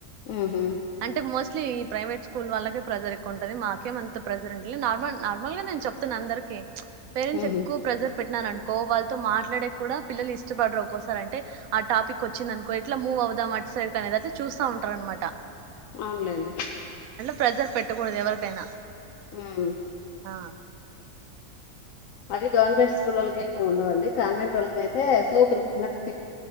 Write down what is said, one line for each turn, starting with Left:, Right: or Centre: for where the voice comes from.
Left: ఉహు
Right: అంటే మోస్ అస్లీ ఈ ప్రైవేట్ స్కూల్ వాళ్ళకి ప్రెజర్ ఎక్కువ ఉంటది మాకేమంత ప్రెజర్ ఉంటలే నార్మల్ నార్మల్గా నేను చెప్తున్న అందరికీ ప్చ్ పేరెంట్స్
Left: ఉహు
Right: ఎక్కువ ప్రెజర్ పెట్టినాను అనుకో వాళ్ళతో మాట్లాడే కూడా పిల్లలు ఇష్టపడరు ఒక్కోసారి అంటే ఆ టాపిక్ వచ్చింది అనుకో అట్లా మూ అవుదాం అటు సైడ్ అనేది అట్లా చూస్తా ఉంటారనమాట
Left: అవునులెండి
Right: ప్రెజర్ పెట్టకూడదు ఎవరికైనా
Left: ఉమ్
Right: ఆ
Left: అవి గవర్నమెంట్ స్కూల్లోలకి ఎక్కువ ఉండవండి కాన్వెంట్ వాళ్ళకైతే సోప తికిన్నట్లు